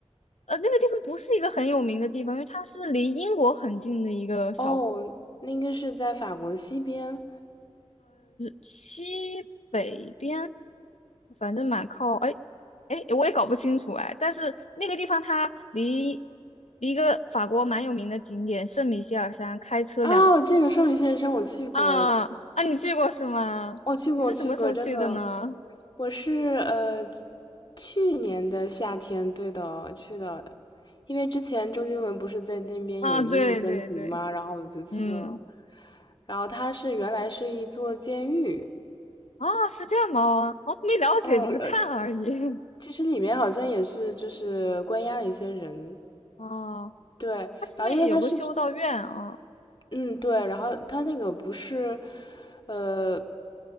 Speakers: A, on the left (about 80°); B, on the left (about 40°).
A: 呃，那个地方不是一个很有名的地方，因为它是离英国很近的一个小
B: 哦，那应该是在法国的西边。
A: 西北边，反正蛮靠，哎哎，我也搞不清楚哎，但是那个地方它离离一个法国蛮有名的景点圣米歇尔山开车两个。
B: 哦，这个圣女献身我去过，
A: 啊啊，你去过是吗？
B: 我去过，
A: 你是什么时候去的呢？
B: 我去过，真的，我是呃去年的夏天，对的，去的，因为之前周杰伦不是在那边有音乐专辑嘛，
A: 啊，对对对，
B: 然后我就去了。
A: 嗯，
B: 然后它是原来是一座监狱，
A: 啊，是这样吗？我没了解，
B: 嗯，
A: 只是看了而已。
B: 呃，
A: <laughs>
B: 其实里面好像也是就是关押了一些人，
A: 哦，
B: 对。
A: 它上面有个修道院啊
B: 然后因为它是嗯，对，然后它那个不是，呃，